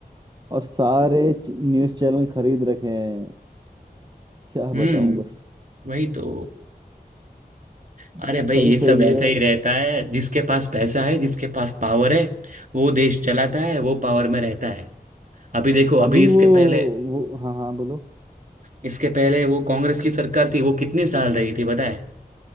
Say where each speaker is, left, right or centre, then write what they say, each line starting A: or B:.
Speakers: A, on the right; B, on the right.
A: और सारे न्यूज चैनल खरीद रखे हैं क्या
B: हम्म
A: बताऊं बस
B: वही तो अरे
A: सही
B: भाई ये
A: सही
B: सब ऐसा
A: है
B: ही रहता है जिसके पास पैसा है जिसके पास पावर है वो देश चलाता है वो पावर में रहता है अभी देखो
A: अभी
B: अभी इसके
A: वो
B: पहले
A: वो हाँ हाँ बोलो
B: इसके पहले वो कांग्रेस की सरकार थी वो कितने साल रही थी पता है